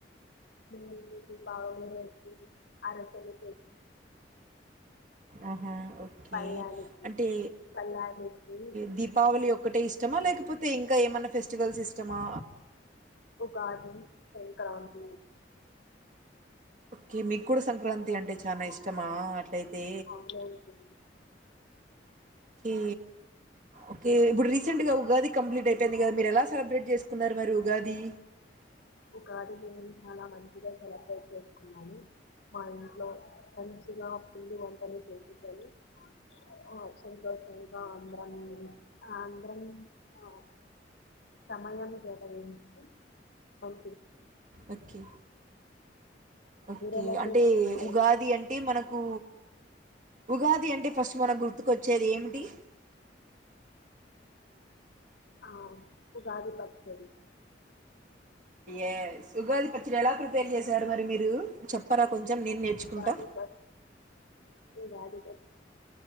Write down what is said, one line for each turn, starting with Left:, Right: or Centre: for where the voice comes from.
Left: మ పా వ ఆరచలు
Right: ఆహా ఓకే
Left: పల్లానికి
Right: అంటే
Left: పల్లానికి
Right: ఓకే దీపావళి ఒక్కటే ఇష్టమా లేకపోతే ఇంకా ఏమన్నా ఫెస్ ఫేస్స్టివల్ సిస్టమా
Left: ఉగాహ క
Right: ఓకే మీకు కూడా సంక్రాంతి అంటే చాలా ఇష్టమా అట్లయితే
Left: సంక్రాంతి
Right: ఓకే ఓకే ఇప్పుడు రీసెంట్గా ఉగాది కంప్లీట్ అయిపోయింది కదా మీరు ఎలా సెలబ్రేట్ చేసుకున్నారు మరి ఉగాది
Left: ఒకది నేను చాలా మంచిగా సెలప్రేట్ చేసున్నాను మా ఇంట్లో మంచిగా పుండి వంటలు చేసుకొని ఆ సంతోషంగా అందరం ఆ అందరం ఆ సమయాన్ని కేటాగించ ఓక
Right: ఓకే ఓకే
Left: మీరు ఎలా
Right: అంటే
Left: చేసుకున్నారు
Right: ఉగాది అంటే మనకు ఉగాది అంటే ఫస్ట్ మనం గుర్తుకొచ్చేది ఏమిటి
Left: ఆ ఉగాది పచ్చడి
Right: ఏ సుగాది పచ్చడి ఎలా ప్రిపేర్ చేశాడు మరి మీరు చెప్పరా కొంచెం నేను నేర్చుకుంటా
Left: గడి ప ఏ గడి ప